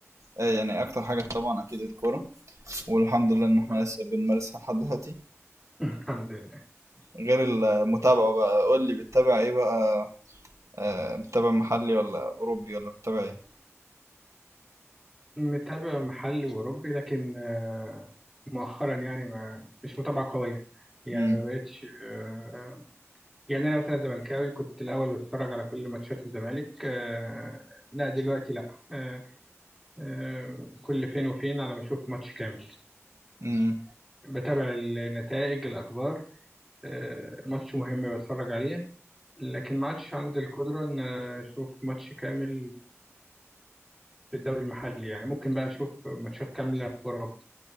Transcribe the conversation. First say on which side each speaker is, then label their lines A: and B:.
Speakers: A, on the right; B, in the centre.
A: آه، يعني اكتر حاجه طبعا اكيد الكوره والحمد لله ان احنا
B: آه.
A: لسه بنمارسها لحد دلوقتي
B: <laughs> الحمد لله
A: غير المتابعه بقى قول لي بتتابع ايه بقى آه، بتتابع محلي ولا اوروبي ولا بتتابع ايه
B: متابع محلي وأوروبي لكن آه، مؤخرا يعني ما مش متابعة قوية يعني
A: امم
B: ما بقتش آه، يعني أنا مثلا زملكاوي كنت الأول بتفرج على كل ماتشات الزمالك آه، لا دلوقتي لا آه، آه، كل فين وفين على ما أشوف ماتش كامل
A: امم
B: بتابع النتائج الأخبار آه، ماتش مهم بتفرج عليه لكن ما عادش عندي القدرة إن أشوف ماتش كامل في الدوري المحلي يعني ممكن بقى أشوف ماتشات كاملة في أوروبا